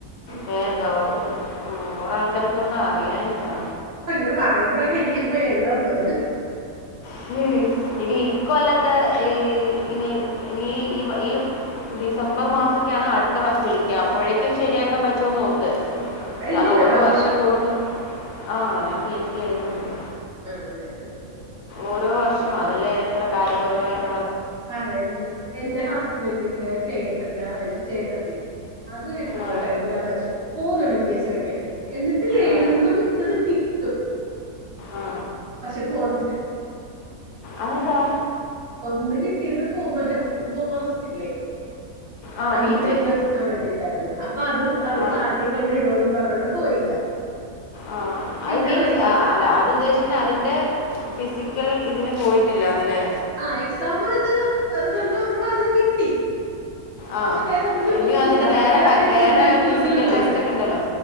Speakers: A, on the right; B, on the left.
A: കിട്ടും
B: വേം ഇണ്ടാവും അത് ആ കൊറെ ആൾക്കാർക്കൊന്നും അറിയാൻഞ്ഞിട്ടാ
A: പ്പ ഇങ്ങനെ പറയിമ്പഴൊക്കെ എനിക്കിപ്പ എഴുതാൻ തോന്നാ
B: ശേ എടി ഇകൊല്ലത്തെ ഏ ഇനി ഇനി ഈ ഈ ഡിസംബർ മാസൊക്കെയാണ് അട് ത്തെ വിളിക്കാ
A: വല്ലത്
B: അപ്പോഴേക്കും ശരിയാക്കാൻ പറ്റൊ നോക്ക്
A: നോക്കാം നോക്കാം എഴുതിയിട്ടുണ്ടോ
B: കാരണം ഓരോ
A: പി
B: വർഷം
A: എസ് സി
B: കൂടും തോറും ആ ഞാൻ പി എസ് സി എഴുതുന്നുണ്ട്
A: ആണല്ലേ ആ ആ
B: ഓരോ വർഷും അതല്ലേ എത്ര കാര്യൊക്കെ വര് <unintelligible>
A: പറയിണ്ട് എന്റെ ഹസ്ബെന്റിന്റെ ചേട്ടന്റെ ആ വെയ്ഫ് ചേട്ടത്തി അത് എഴുതും
B: ആ
A: കെട്ടാ എല്ലാ പരീഷ പോവുന്നുണ്ട് പി എസ് സി പഠിക്കാൻ എന്നിട്ടില്ലേ
B: ആ
A: എഴുതുന്ന മിക്കതും കിട്ടും
B: ആ
A: പക്ഷെ പോവത്തില്ല
B: അതെന്താ
A: ഒന്ന് കിട്ടിയത് ഫോ മറ്റേ ഫോറസ്റ്റ് ഇല്ലേ
B: ആ
A: അതിന്റെ
B: ബീറ്റ്
A: എന്തോ എക്സാം എഴുതിട്ടായിര്ന്ന് അപ്പൊ അത് അവര്
B: ആ
A: കാട്ടിക്കൊണ്ട് ഇടൊന്നും പറഞ്ഞോണ്ട് പോയില്ല
B: ആ
A: പിന്നെ
B: അഹ് മീൻസ്
A: റെയിൽ
B: അല്ല അത് ഉദ്ദേശിക്ക്ണെ അതിന്റെ ഫിസിക്കൽ ഇതിന് പോയിട്ടില്ലാന്ന് ലെ
A: ആ എക്സാം ഇത് പ് റിസൾട്ട് വന്നപ്പോ അതില് കിട്ടി
B: ആ
A: പക്ഷെ വേറെ ഒന്നിനും
B: ഇനി
A: പോയില്ല
B: അതിന്
A: അതിന്റെ
B: വേറെ പ-
A: ആ റിക്രൂട്ട്മെന്റിന്
B: വേറെ ഫിസിക്കൽ
A: ഒന്നിനും പോയില്ല
B: ടെസ്റ്റ് ഒക്കെ ഉണ്ടല്ലോ